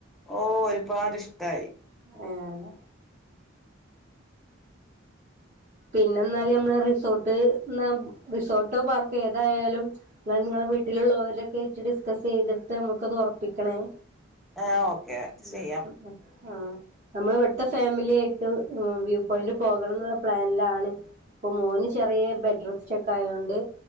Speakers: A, in the centre; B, on the right.
A: ഓ ഒരുപാട് ഇഷ്ടായി
B: ആഹ് പിന്നെ എന്നാല നമ്മള റിസോർട്ട് റിസോർട്ടോ പാർക്ക് ഏതായാലും നിങ്ങ നിങ്ങളെ വീട്ടിലുള്ളവരൊക്കെ ഇട്ട ഡിസ്കസ് ചെയ്തിട്ട് നമ്മുക്കത് ഉറപ്പിക്കണേ
A: ആഹ് ഓക്കെ
B: ഉം
A: ചെയ്യാം
B: ആഹ് നമ്മൾ ഇവിടുത്തെ ഫാമിലി ആായിട്ട് വ്യൂ പോയിന്റ് പോകണം എന്നുള്ള പ്ലാനിലാണ് ഇപ്പൊ മോന് ചെറിയ ബെഡ് റെസ്റ്റ് ഒക്ക ആയോണ്ട്